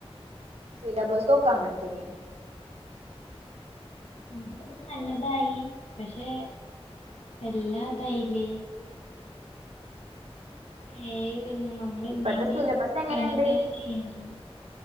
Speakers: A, on the right; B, on the left.
A: സിലബസൊക്കെ അങ്ങതന്നെ.
B: നതും നല്ലതായി പക്ഷെ എല്ലാ ഇതായില്ലേ? പേ വന്നു നമ്മള
A: ഇപ്പത്തെ
B: എന്തെങ്കിലും
A: സിലബസ് എങ്ങനെണ്ട്
B: തന്നെ തന്നെ ചെയ്യണ്ടേ